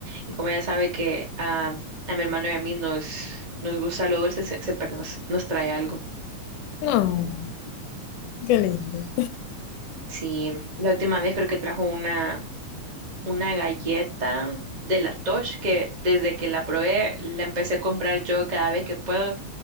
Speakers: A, on the right; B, on the left.
A: y como ella sabe que ah, a mi hermano y a mí nos, nos gusta lo dulce, se- siempre nos, nos trae algo.
B: No, qué lindo.
A: Sí, la última vez creo que trajo una una galleta de la Tosh que desde que la probé la empecé a comprar yo cada vez que puedo,